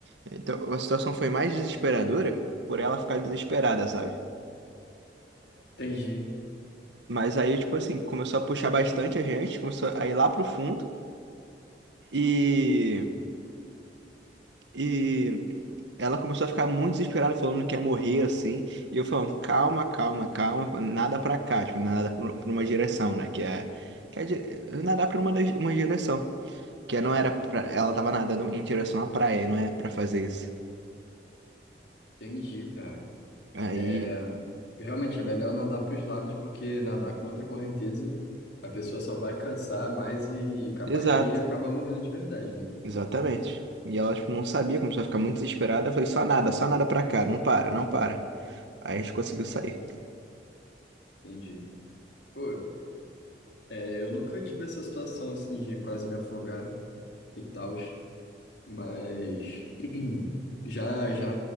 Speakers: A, on the right; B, on the left.
A: Então a situação foi mais desesperadora por ela ficar desesperada, sabe?
B: Entendi,
A: Mas aí, tipo assim, começou a puxar bastante a gente, começou a ir lá pro fundo. E, e Ela começou a ficar muito desesperada, falando que ia morrer assim. E eu falando, calma, calma, calma, nada pra cá, tipo, nada pra pra uma direção, né? Que é. Que é di- nadar pra uma, das- uma direção. Que não era pra, ela tava nadando em direção à praia, e não é pra fazer isso.
B: entendi, cara.
A: Aí.
B: É, realmente é melhor nadar para os lados, porque nadar contra a correnteza, a pessoa só vai cansar mais e capaz
A: Exato,
B: de acabar morrendo de verdade, né?
A: exatamente. E ela, tipo, não sabia, começou a ficar muito desesperada. Eu falei, só nada, só nada pra cá, não para, não para. Aí a gente conseguiu sair.
B: Entendi. Pô, é, eu nunca tive essa situação assim de quase me afogar e tal. Mas <clears throat> já já